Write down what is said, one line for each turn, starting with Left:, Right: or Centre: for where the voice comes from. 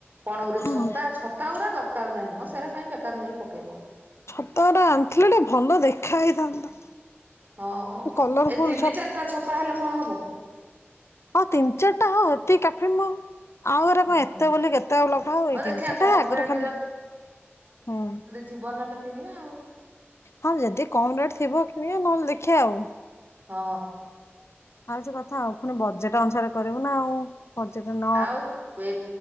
Right: କଣ ଗୋଟେ
Left: ହଁ
Right: ଛତା ଛତା ଗୁରା ଦରକାର ନାହିଁ ମ ସେଇରା କାଇଁ ବେକାର ନେଇ ପକେଇବ।
Left: ଛତା ଗୁରା ଆଣିଥିଲେ ଟିକେ ଭଲ ଦେଖା ହେଇଥାନ୍ତା।
Right: ହଁ
Left: କଲରଫୁଲ୍
Right: ଏ ତିନି
Left: ଛ
Right: ଚାରିଟା ଛତା ହେଲେ କଣ ହବ?
Left: ହଁ ତିନି ଚାରିଟା ହୋଉ ଏତିକି କାଫି ମ ଆଉ ଏ ରା
Right: ହୁଁ।
Left: କଣ ଏତେ ବୋଲି କେତେ ଲଗା ହବ କି
Right: ହଉ
Left: ଏଇ
Right: ଦେଖିବା
Left: ତିନି ଚାରଟା
Right: କମ
Left: ଆଗରେ
Right: ରେଟ୍
Left: ଖାଲି ହୁଁ।
Right: ଯିବ ନହେଲେ କିଣିବା ଆଉ।
Left: ହଁ ଯଦି କମ ରେଟ୍ ଥିବ କିଣିବା ନହେଲେ ଦେଖିବା ଆଉ।
Right: ହଁ।
Left: ଆଉ ଯୋ କଥା ଆଉ ପୁଣି ବଜେଟ ଅନୁସାରେ କରିବୁ ନା ଆଉ। ପର୍ଯ୍ୟଟନ
Right: ଆଉ ଏ